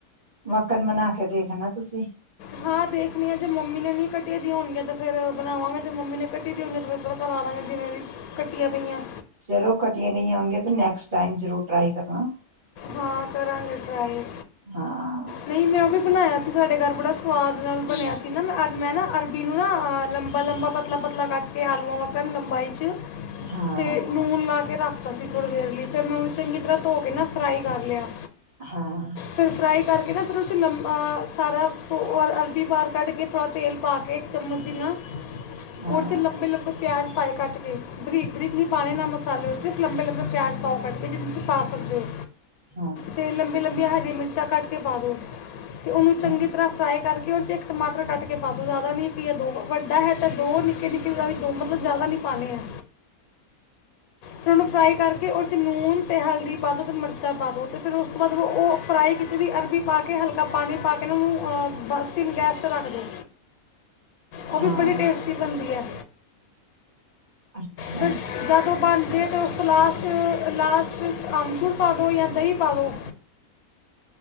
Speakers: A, on the right (about 25°); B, on the left (about 80°).
A: ਵੱਕਣ ਬਣਾ ਕੇ ਦੇ ਦੇਣਾ ਤੁਸੀਂ।
B: ਹਾਂ, ਦੇਖਣੀ ਆ ਜੇ ਮੰਮੀ ਨੇ ਨਹੀਂ ਕੱਟੀ ਦੀਆਂ ਹੋਣਗੀਆਂ ਤੇ ਫੇਰ ਬਣਾਵਾਂਗੇ ਜੇ ਮੰਮੀ ਨੇ ਕੱਟੀ ਦੀ ਹੋਣਗੀਆਂ ਤੇ ਫਿਰ ਥੋੜਾ ਕਰਾ ਦਵਾਂਗੇ ਜਿਵੇਂ ਵੀ ਕੱਟੀਆਂ ਪਈਆਂ।
A: ਚਲੋ ਕੱਟੀਆਂ ਗਈਆਂ ਹੋਣਗੀਆਂ ਤੇ ਨੈਕਸਟ ਟਾਈਮ ਜ਼ਰੂਰ ਟਰਾਈ ਕਰਨਾ।
B: ਹਾਂ ਕਰਾਂਗੇ ਟਰਾਈ
A: ਹਾਂ
B: ਨਹੀਂ ਮੈਂ ਉਹ ਵੀ ਬਣਾਇਆ ਸੀ ਸਾਡੇ ਘਰ ਬੜਾ ਸਵਾਦ ਨਾਲ ਬਣਿਆ ਸੀ ਨਾ ਮੈਂ ਮੈਂ ਨਾ ਅਰਬੀ ਨੂੰ ਨਾ ਲੰਬਾ-ਲੰਬਾ, ਪਤਲਾ-ਪਤਲਾ ਕੱਟ ਕੇ ਆਲੂਆਂ ਵਰਗਾ ਲੰਬਾਈ 'ਚ
A: ਹਾਂ
B: ਤੇ ਨੂਣ ਲਾ ਕੇ ਰੱਖ ਤਾਂ ਅਸੀਂ ਥੋੜ੍ਹੀ ਦੇਰ ਲਈ ਫਿਰ ਮੈਂ ਉਹਨੂੰ ਚੰਗੀ ਤਰ੍ਹਾਂ ਧੋ ਕੇ ਨਾ ਫਰਾਈ ਕਰ ਲਿਆ।
A: ਹਾਂ
B: ਫਿਰ ਫਰਾਈ ਕਰਕੇ ਕਹਿੰਦਾ ਫਿਰ ਉਹ 'ਚ ਲੰਬਾ ਸਾਰਾ ਔਰ ਅਰਬੀ ਬਾਹਰ ਕੱਢ ਕੇ ਥੋੜ੍ਹਾ ਤੇਲ ਪਾ ਕੇ ਇੱਕ ਚਮਚ ਜਿੰਨਾ
A: ਹਾਂ
B: ਓਦੇ 'ਚ ਲੰਬੇ-ਲੰਬੇ ਪਿਆਜ ਪਾਏ ਕੱਟ ਕੇ ਬਰੀਕ। ਬਰੀਕ ਨੀ ਪਾਣੀ ਨਾ ਮਸਾਲੇ ਵਿੱਚ। ਲੰਬੇ-ਲੰਬੇ ਪਿਆਜ ਪਾਓ ਕੱਟ ਕੇ ਜਿੰਨੇ ਤੁਸੀਂ ਪਾ ਸਕਦੇ ਹੋ।
A: ਹਾਂ
B: ਤੇ ਲੰਬੀ-ਲੰਬੀਆਂ ਹਰੀ ਮਿਰਚਾਂ ਕੱਟ ਕੇ ਪਾ ਦਿਉ। ਤੇ ਉਹਨੂੰ ਚੰਗੀ
A: ਹਾਂ
B: ਫਰਾਈ ਕਰਕੇ ਉਹਦੇ 'ਚ ਇੱਕ ਟਮਾਟਰ ਕੱਟ ਕੇ ਪਾ ਦਿਉ ਜ਼ਿਆਦਾ ਨਹੀਂ ਇੱਕ ਜਾਂ ਦੋ। ਵੱਡਾ ਹੈ ਤਾਂ ਦੋ ਨਿੱਕੇ-ਨਿੱਕੇ ਵੀ ਦੋ ਮਤਲਬ ਜ਼ਿਆਦਾ ਨਹੀਂ ਪਾਣੇ ਹੈ। ਫਿਰ ਉਹਨੂੰ ਫਰਾਈ ਕਰਕੇ ਉਹ 'ਚ ਲੂਣ ਅਤੇ ਹਲਦੀ ਪਾ ਦੋ ਅਤੇ ਮਿਰਚਾਂ ਪਾ ਦੋ, ਅਤੇ ਫਿਰ ਉਸ ਤੋਂ ਬਾਅਦ ਉਹ ਫਰਾਈ ਕੀਤੀ ਵੀ ਅਰਬੀ ਪਾ ਕੇ ਹਲਕਾ ਪਾਣੀ ਪਾ ਕੇ ਨਾ ਉਹਨੂੰ ਆ ਬਸ ਇਹਨੂੰ ਗੈਸ 'ਤੇ ਰੱਖ ਦਿਓ। ਉਹ ਵੀ
A: ਹਾਂ
B: ਬੜੀ ਟੇਸਟੀ ਬਣਦੀ ਐ।
A: ਅੱਛਾ
B: ਫੇਰ ਜਦੋਂ ਬਣ ਦੀ ਏ ਤੇ ਉਸ ਤੋ ਲਾਸਟ ਲਾਸਟ 'ਚ ਅਮਚੂਰ ਪਾ ਦੋ ਜਾਂ ਦਹੀਂ ਪਾ ਦੋ।